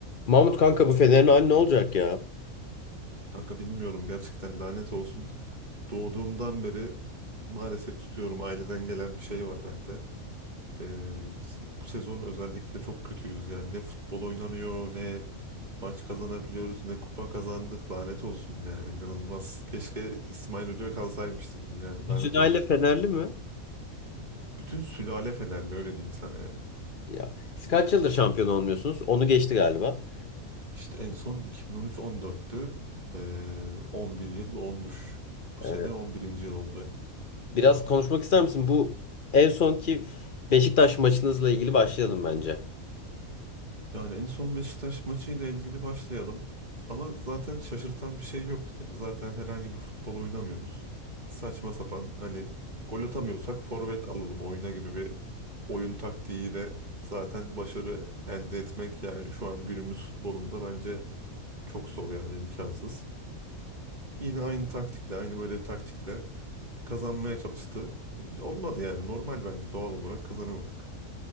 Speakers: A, on the left (about 45°); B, on the right (about 35°).
A: Mahmut kanka bu Fener'in hali ne olacak ya?
B: Kanka bilmiyorum gerçekten lanet olsun. Doğduğumdan beri maalesef tutuyorum. Aileden gelen bir şey var bende. Ee, s- bu sezon özellikle çok kötüyüz yani. Ne futbol oynanıyor, ne maç kazanabiliyoruz, ne kupa kazandık. Lanet olsun yani inanılmaz. Keşke İsmail Hoca kalsaymış dedim yani
A: Bütün
B: lanet
A: aile
B: olsun.
A: Fenerli mi?
B: Bütün sülale Fenerli öyle diyeyim sana yani.
A: Ya siz kaç yıldır şampiyon olmuyorsunuz? Onu geçti galiba.
B: İşte en son 2013-14'tü. Ee, 11 yıl olmuş. Bu sene
A: Ee,
B: 11. yıl olacak.
A: biraz konuşmak ister misin? Bu en sonki Beşiktaş maçınızla ilgili başlayalım bence.
B: Yani en son Beşiktaş maçıyla ilgili başlayalım. Ama zaten şaşırtan bir şey yoktu beni. Zaten herhangi bir futbol oynamıyoruz. Saçma sapan hani gol atamıyorsak forvet alalım oyuna gibi bir oyun taktiğiyle zaten başarı elde etmek yani şu an günümüz futbolunda bence çok zor yani imkansız. Yine aynı taktikle aynı böyle bir taktikle kazanmaya çalıştı. Olmadı yani normal bence doğal olarak kazanamadık.